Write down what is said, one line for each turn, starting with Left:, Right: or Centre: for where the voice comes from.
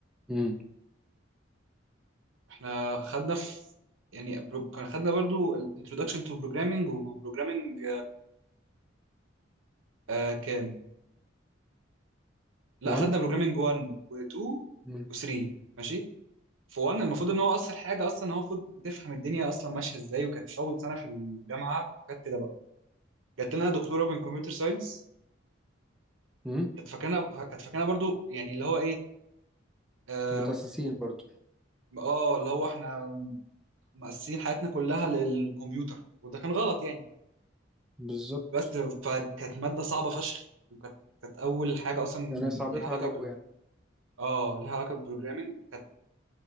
Centre: امم
Right: احنا خدنا في يعني برو... كان خدنا برضو ال- Introduction to Programming و Programming آه كام؟ لا
Centre: 1
Right: خدنا Programming 1 و2
Centre: امم
Right: و3 ماشي؟ في 1 المفروض ان هو اسهل حاجة اصلا هو المفروض تفهم الدنيا اصلا ماشية ازاي وكانت اول سنة في الجامعة وحاجات كده بقى جات لنا دكتورة من كمبيوتر ساينس
Centre: أمم.
Right: كانت فاكرنا كانت فاكرنا برضو يعني اللي هو ايه اه
Centre: متأسسين
Right: م-
Centre: برضو
Right: آه، اللي هو احنا مقسمين حياتنا كلها للكمبيوتر وده كان غلط يعني
Centre: بالظبط
Right: بس فكانت مادة صعبة فشخ وكانت كانت أول حاجة أصلا
Centre: يعني صعبتها
Right: ليها علاقة
Centre: عليكم
Right: ب
Centre: يعني
Right: اه ليها علاقة بالبروجرامينج كانت